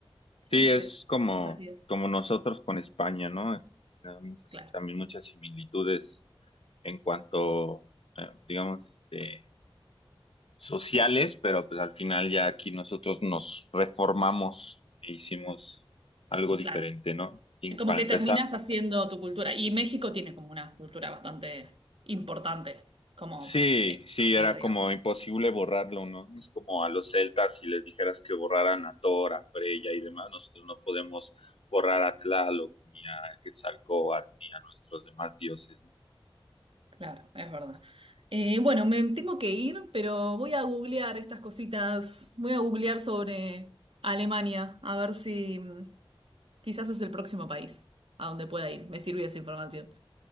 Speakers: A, on the right; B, on the left.
A: eh,
B: Sí, es
A: presente
B: como,
A: en nuestras vidas.
B: como nosotros con España, ¿no? Tenemos así
A: Claro,
B: también muchas similitudes en cuanto, eh, digamos, este, sociales, pero pues al final ya aquí nosotros nos reformamos e hicimos algo diferente,
A: claro.
B: ¿no? Y
A: Como
B: para
A: que
B: empezar,
A: terminas haciendo tu cultura. Y México tiene como una cultura bastante importante, como
B: sí,
A: exclusiva,
B: sí, era
A: digamos.
B: como imposible borrarlo, ¿no? Es como a los celtas si les dijeras que borraran a Thor, a Freya y demás, nosotros no podemos borrar a Tlaloc, ni a Quetzalcóatl, ni a nuestros demás dioses, ¿no?
A: Claro, es verdad. Eh, bueno, me tengo que ir, pero voy a googlear estas cositas. Voy a googlear sobre Alemania, a ver si mm, quizás es el próximo país a donde pueda ir. Me sirvió esa información.